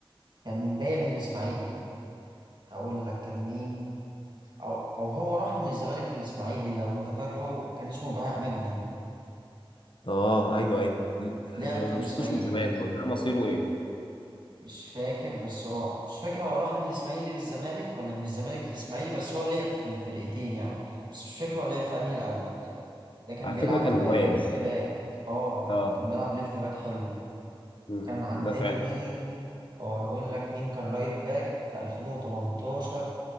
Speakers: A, on the right; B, on the left.
A: كان جاي من الإسماعيلي هقول لك كان مين أو, أو هو راح من الزمالك للإسماعيلي لو أنت فاكره كان اسمه بهاء مجدي
B: اه ايوه ايوه
A: لعب
B: انا
A: في الإسماعيلي
B: ما شفتوش من زمان هو ده مصيره ايه
A: مش فاكر بس هو مش فاكر هو راح من الإسماعيلي للزمالك ولا من الزمالك للإسماعيلي بس هو لعب في الفرقتين يعني بس مش فاكر هو لعب في أنهي الأول ده كان
B: على
A: بيلعب
B: فكرة كان مميز
A: آه، ليفت باك اه يعني
B: اه
A: كان بيلعب ليفت باك حلو
B: مم.
A: وكان عندنا
B: ده فعلا
A: مين اه هقول لك مين كان رايت باك في 2018